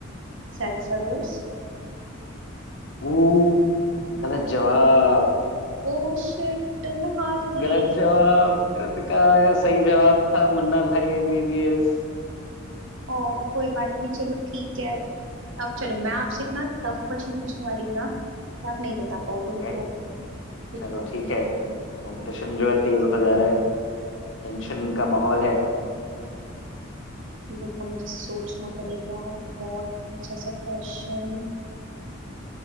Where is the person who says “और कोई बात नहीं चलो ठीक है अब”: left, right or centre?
Right